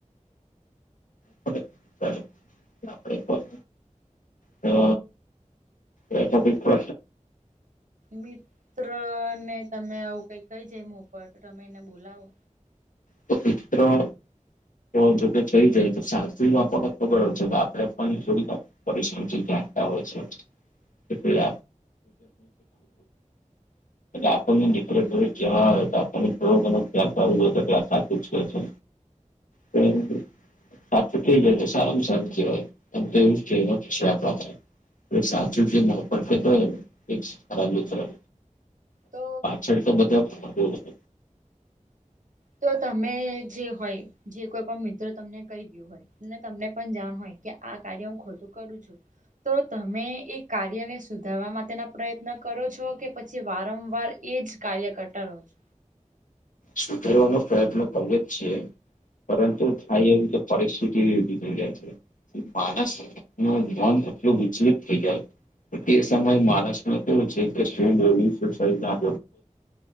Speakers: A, on the left; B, on the right.
A: પડે ચાલો આપણે પણ તો એ ટપિક પ્ર
B: મિત્ર ને તમે આવું કઈ કઈ જાયમ ઉપ તમે એને બોલાવો
A: તો મિત્રો તો જોકે થઈ જાય તો સાચ ફખત ખબર હ છે કે આપડે પણ જોડી જ પરશ જે જે આ હોય છે આ ખ <inaudible> એટલે આપણને ડફરેરે જવા તો આપણને થોડો ઘણ ખ્યાલ કર આવવ જો તો કે આ સાચું છે છે હ જ પ્રાપ્ત થઈ જ તો સારામાં સારુ કેવાય હોય તમ તો એવું ક પ્ર <unintelligible> એક સા સુ તો એક સાર મ્ર
B: તો
A: છડકો બધા
B: તો તમે જે હોય જે કોઈ પણ મિત્ર તમને કહી ગયું હોય તમને પણ જાણ હોય કે આ કાર્ય હું ખોટું કરું છું તો તમે એ કાર્યને સુધારવા માટેના પ્રયત્ન કરો છો કે પછી વારંવાર એજ કાર્ય કરતા રહો છે
A: સુધારવાનો પ્રયત્ન કરીએ જ છીએ પરંતુ થાય એવીું કે પરરીક્ષથિત કેવી બી થઈ જાય છે માણસ નું મન એટલું વિચલિત થઈ જાય છે. તે સમય માળસને કેવું છે કે શું વોલવુ શું સ <unintelligible> ના,